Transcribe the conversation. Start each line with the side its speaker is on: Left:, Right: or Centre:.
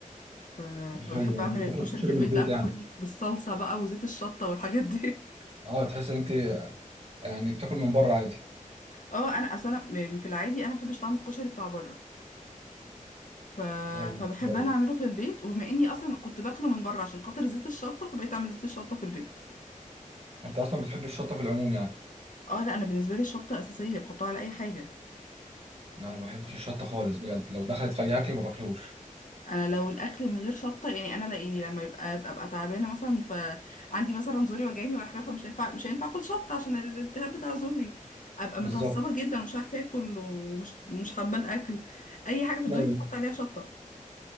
Left: ف... فبحب
Right: حلو يعني
Left: اعمل
Right: انت بتاكل
Left: الكشري
Right: كشري
Left: في البيت
Right: من البيت
Left: بقى
Right: يعني
Left: بكل بالصلصه بقى وزيت الشطه والحاجات دي <laughs>
Right: اه تحس ان انت يعني بتاكل من بره عادي
Left: اه انا اصلا في العادي انا ما بحبش طعم الكشري بتاع بره ف...
Right: ايوه
Left: فبحب
Right: ايوه
Left: انا اعمله في البيت وبما اني اصلا كنت باكله من بره عشان خاطر زيت الشطه فبقيت اعمل زيت الشطه في البيت
Right: انت اصلا بتحب الشطه في العموم يعني
Left: اه لا انا بالنسبه لي الشطه اساسيه بحطها على اي حاجه
Right: انا ما بحبش الشطه خالص بجد لو دخلت في اي اكل ما باكلوش
Left: انا لو الاكل من غير شطه يعني انا لاقيني لما يبقى ابقى تعبانه مثلا فعندي مثلا زوري وجعني ولا حاجه فمش هينفع مش هينفع اكل شطه عشان ال- الالتهاب بتاع زوري ابقى
Right: بالظبط
Left: متعصبه جدا ومش عارفه اكل ومش مش حابه الاكل اي حاجه في الدنيا
Right: ايوه
Left: بحط عليها شطه